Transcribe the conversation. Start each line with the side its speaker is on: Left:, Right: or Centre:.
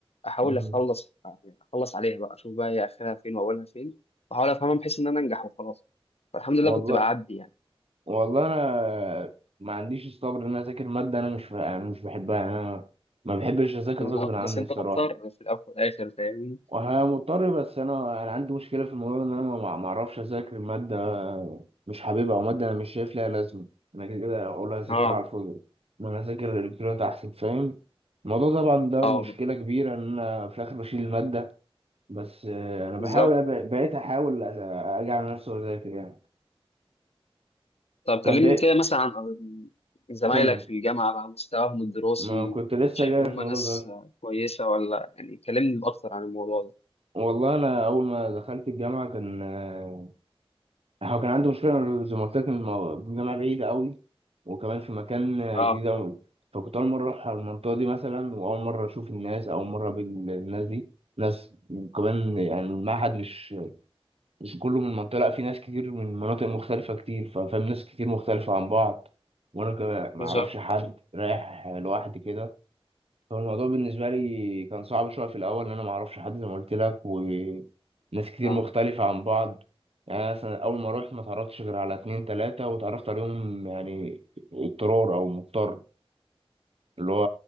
Left: احاول
Right: امم
Left: اخلص يعني اخلص عليها بقى اشوف بقى هي اخرها فين واولها فين واحاول افهمها بحيث ان انا انجح وخلاص فالحمد لله
Right: والله
Left: كنت بعدي يعني
Right: والله انا ما عنديش الصبر ان انا اذاكر ماده انا مش انا مش بحبها يعني انا ما بحبش اذاكر
Left: بالظبط
Right: غصب عني
Left: بس انت
Right: الصراحه
Left: مضطر في الاول والاخر فاهمني
Right: وها مضطر بس انا انا عندي مشكله في الموضوع ده ان انا ما ما اعرفش اذاكر ماده مش حاببها او ماده انا مش شايف لها لازمه انا كده كده اقول اذاكرها
Left: اه
Right: على الفاضي ما انا اذاكر الالكترونيات احسن فاهم الموضوع طبعا ده
Left: اه
Right: مشكله كبيره ان انا في الاخر بشيل الماده بس آه، انا بحاول
Left: بالظبط
Right: أب- بقيت احاول أ- اجي على نفسي واذاكر يعني
Left: طب
Right: طب
Left: كلمني
Right: إيه؟
Left: كده مثلا عن زمايلك
Right: كمل
Left: في الجامعه بقى مستواهم الدراسي
Right: ما كنت لسه
Left: شايف
Right: جاي
Left: ان هم
Right: في الموضوع
Left: ناس
Right: ده
Left: آه، كويسه ولا يعني كلمني اكتر عن الموضوع ده
Right: والله انا اول ما دخلت الجامعه كان آه، هو كان عندي مشكله زي ما قلت لك إن المو- الجامعه بعيده قوي وكمان في مكان آه،
Left: اه
Right: جديد أوي فكنت اول مره اروح على المنطقه دي مثلا واول مره اشوف الناس اول مره اقابل الناس دي ناس وكمان يعني المعهد مش مش كله من المنطقه لا في ناس كتير من مناطق مختلفه كتير ففاهم ناس كتير مختلفه عن بعض وانا كمان ما
Left: بالظبط
Right: اعرفش حد رايح لوحدي كده هو الموضوع بالنسبة لي كان صعب شوية في الأول لأن أنا معرفش حد زي ما قلت لك وناس كتير
Left: اه
Right: مختلفة عن بعض يعني أنا مثلا أول ما روحت ما اتعرفتش غير على اتنين تلاتة واتعرفت عليهم يعني اضطرار أو مضطر اللي هو